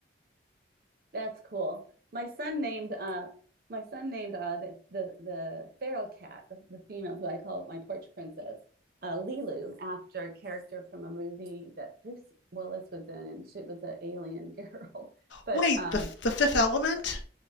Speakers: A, on the right; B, on the left.
A: That's cool. My son named uh my son named uh the the, the feral cat, the, the female who I call my porch princess, uh Lilu, after a character from a movie that Bruce Willis was in, and she was an alien <laughs> girl. But
B: Wait,
A: um
B: the the fifth element?